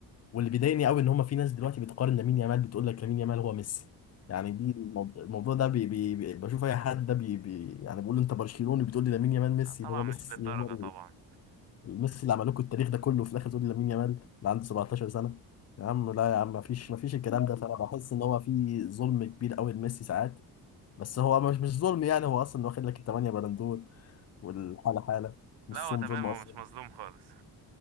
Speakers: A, on the left (about 40°); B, on the right (about 75°).
A: واللي بيضايقني قوي إن هما في ناس دلوقتي بتقارن لامين يامال بتقول لك لامين يامال هو ميسي يعني دي الموض- الموضوع ده بي بي بي- بشوف أي حد ده بي بي يعني بقول له أنت برشلوني بتقول لي لامين يامال ميسي
B: لا طبعا
A: اللي هو ميسي
B: مش للدرجة
A: هو
B: طبعا
A: ميسي اللي عملوه لكم التاريخ ده كله وفي الاخر تقول لي لامين يامال اللي عنده 17 سنه يا عم لا يا عم مفيش مفيش الكلام ده فانا بحس ان هو في ظلم كبير قوي لميسي ساعات بس هو مش مش ظلم يعني هو اصلا واخد لك الثمانيه بلندور والحاله حاله والصوم
B: لا هو تمام
A: ظلم اصلا
B: هو مش مظلوم خالص